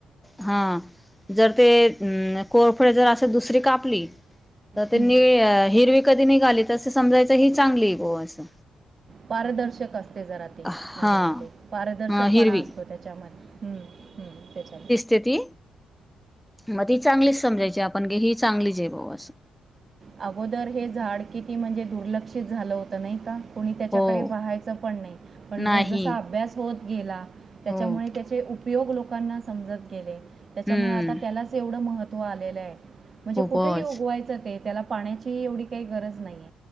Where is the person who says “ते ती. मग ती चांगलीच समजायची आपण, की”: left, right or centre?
Centre